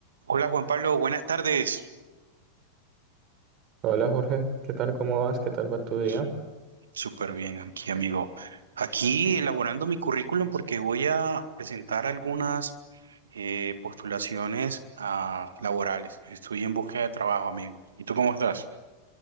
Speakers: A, on the right; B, on the right.
A: Hola Juan Pablo, buenas tardes.
B: Hola Jorge, ¿qué tal? ¿Cómo vas? ¿Qué tal va tu día?
A: Su- Súper bien aquí, amigo. Aquí elaborando mi currículum porque voy a presentar algunas eh, postulaciones ah, laborales. Estoy en búsqueda de trabajo, amigo. ¿Y tú cómo estás?